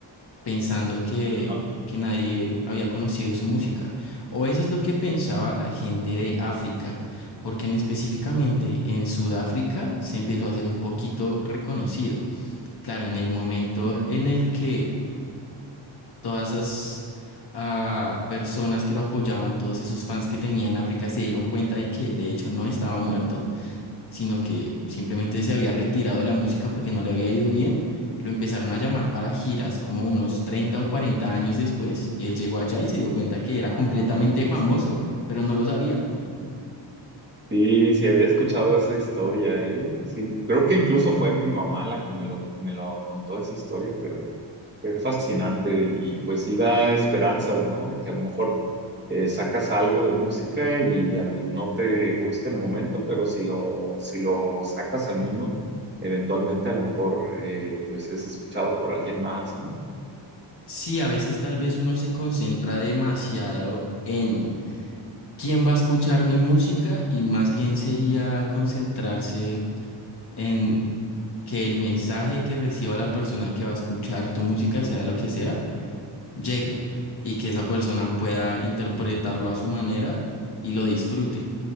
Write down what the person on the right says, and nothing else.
Ajá.
Ujú.
Ah,
sí.
Ujú. Sí, sí, había escuchado esa historia, ¿eh? Sí, creo que incluso fue mi mamá la que me lo, me lo contó esa historia, pero Qué fascinante y pues sí da esperanzas, ¿no? De que a lo mejor eh, sacas algo de música y al- no te gusta en el momento, pero si lo, si lo sacas al mundo, eventualmente a lo mejor eh, pues es escuchado por alguien más, ¿no?